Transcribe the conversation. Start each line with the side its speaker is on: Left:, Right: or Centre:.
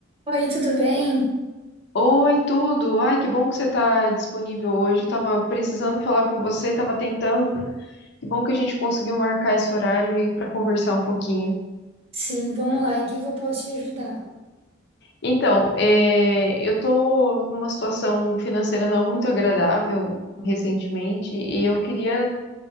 Right: Oi, tudo bem?
Left: Oi, tudo. Ai, que bom que você está disponível hoje. Estava precisando falar com você, estava tentando. Que bom que a gente conseguiu marcar esse horário e para conversar um pouquinho.
Right: Sim, vamos lá. Em que que eu posso te ajudar?
Left: Então, é, eu estou numa situação financeira não muito agradável recentemente e eu queria